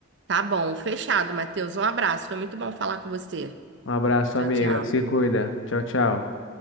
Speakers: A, on the right (about 60°); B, on the left (about 75°).
A: Tá bom, fechado, Matheus. Um abraço. Foi muito bom falar com você.
B: Um abraço,
A: Tchau,
B: amiga.
A: tchau.
B: Se cuida. Tchau, tchau.